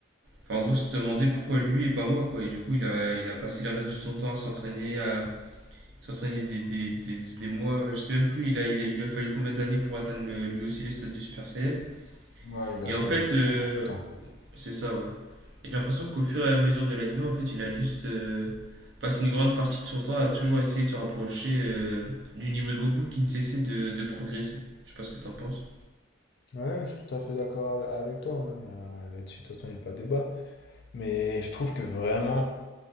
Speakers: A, on the right; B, on the left.
A: Enfin, en gros, se demandait pourquoi lui et pas moi, quoi. Et du coup, il a, il a passé le reste de son temps à s'entraîner, à s'entraîner des, des, des, des mois, je sais même plus, il a, il a- il lui a fallu combien d'années pour atteindre le- lui aussi le stade de Super Saiyan.
B: Ouais, il
A: Et
B: a
A: en
B: fallu
A: fait,
B: beaucoup
A: euh,
B: beaucoup de temps.
A: c'est ça, ouais. Et j'ai l'impression qu'au fur et à mesure de l'anime, en fait, il a juste euh, passé une grande partie de son temps à toujours essayer de se rapprocher euh, du niveau de Goku qui ne cessait de, de progresser. Je sais pas ce que t'en penses.
B: Ouais, je suis tout à fait d'accord ave- avec toi. hein. Il y a- Là-dessus, de toute façon, il n'y a pas de débat. Mais je trouve que vraiment,